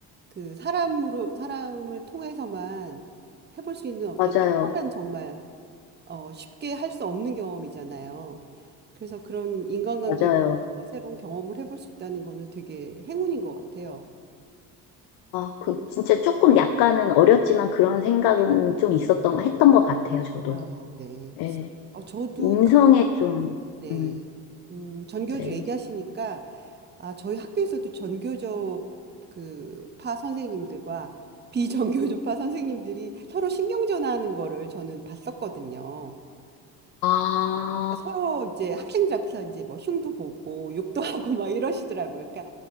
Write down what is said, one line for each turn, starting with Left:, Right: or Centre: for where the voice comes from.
Right: 그 사람으로 사람을 통해서만 해볼 수 있는 어떤
Left: 맞아요.
Right: 특별한 정말 어, 쉽게 할 수 없는 경험이잖아요. 그래서 그런 인간관계로
Left: 맞아요.
Right: 인해서 새로운 경험을 해볼 수 있다는 거는 되게 행운인 것 같아요.
Left: 아, 그,
Right: 음,
Left: 진짜 조금 약간은 어렸지만 그런 생각은
Right: 네.
Left: 좀 있었던, 했던 것 같아요, 저도.
Right: 아, 네.
Left: 예.
Right: 어, 저도
Left: 인성에
Right: 그,
Left: 좀,
Right: 네.
Left: 음,
Right: 음, 전교조
Left: 네.
Right: 얘기하시니까, 아, 저희 학교에서도 전교조 그 파 선생님들과 <laughs> 비전교조파 선생님들이 서로 신경전하는 거를 저는 봤었거든요.
Left: 아,
Right: 서로 이제 학생들 앞에서 이제 뭐 흉도 보고 욕도 <laughs> 하고 막 이러시더라고요. 그러니까